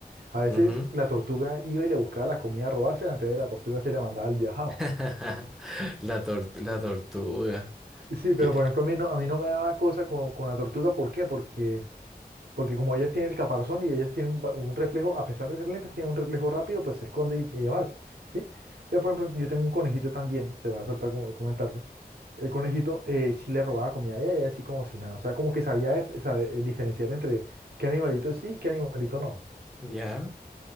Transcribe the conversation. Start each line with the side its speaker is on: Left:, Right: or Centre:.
Right: A veces
Centre: Ujú.
Right: la tortuga iba y le buscaba la comida a robársela, entonces la tortuga se le mandaba al viajado.
Centre: <laughs> La tor- la tortuga.
Right: Sí,
Centre: ¿Qué?
Right: pero por ejemplo, a mí no, a mí no me daba cosa con, con la tortuga, ¿por qué? Porque, porque como ellas tienen el caparazón y ellas tienen ba- un reflejo, a pesar de ser lentas, tienen un reflejo rápido, pues se esconde y, y demás, ¿sí? Pero por ejemplo, yo tengo un conejito también, se me va a saltar como comentarte El conejito eh, sí le robaba comida a ella, y ella así como si nada. O sea, como que sabía dif- sabe- eh, diferenciar entre qué animalito sí y qué animalito no.
Centre: ¿Ya?